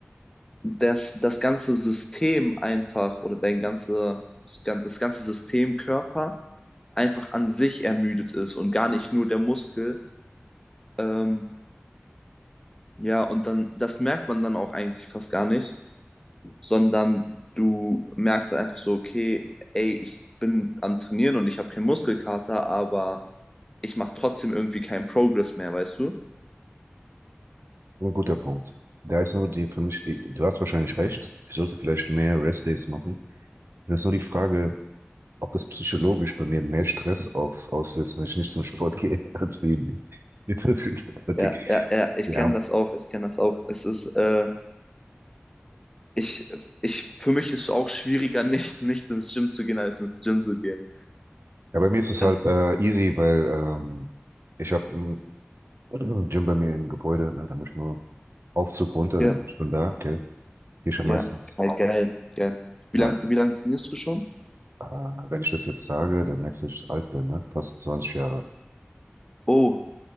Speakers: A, on the left; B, on the right.
A: das, das ganze System einfach oder dein ganze, das gan- das ganze System Körper einfach an sich ermüdet ist und gar nicht nur der Muskel. Ähm, ja, und dann, das merkt man dann auch eigentlich fast gar nicht, sondern du merkst halt einfach so, okay, ey, ich bin am Trainieren und ich habe keinen Muskelkater, aber ich mache trotzdem irgendwie keinen Progress mehr, weißt du?
B: Ein guter Punkt. Da ist nur die für mich, du hast wahrscheinlich recht. Ich sollte vielleicht mehr Rest-Days machen. Das ist nur die Frage, ob das psychologisch bei mir mehr Stress aufs auslöst, wenn ich nicht zum Sport gehe, <laughs> als wegen mit Systemic Fatigue.
A: Ja, ja, ja, ich
B: Ja,
A: kenne das auch, ich kenne das auch. Es ist, äh, ich, ich, für mich ist es auch schwieriger, <laughs> nicht, nicht ins Gym zu gehen, als ins Gym zu gehen.
B: ja, bei mir ist es
A: Äh,
B: halt äh, easy, weil ähm, ich habe ein <clears throat> Gym bei mir im Gebäude, ne, da muss ich nur Aufzug runter,
A: ja,
B: dann bin ich schon da, okay. Hier schon
A: ja,
B: meistens,
A: geil, geil, geil. Wie
B: ja,
A: lang, wie lang trainierst du schon?
B: äh, wenn ich das jetzt sage, dann merkst du, dass ich alt bin, ne? Fast 20 Jahre.
A: Oh,